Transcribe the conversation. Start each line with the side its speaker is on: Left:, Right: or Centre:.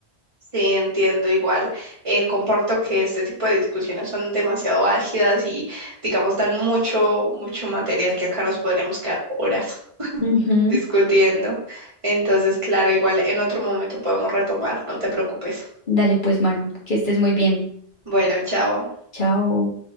Right: Sí, entiendo igual. Eh, comparto que este tipo de discusiones son demasiado álgidas y, digamos, dan mucho, mucho material que acá nos podríamos quedar horas <laughs>
Left: Ujú.
Right: discutiendo. Entonces, claro, igual en otro momento podemos retomar, no te preocupes.
Left: Dale pues, mano, que estés muy bien.
Right: Bueno, chao.
Left: Chao.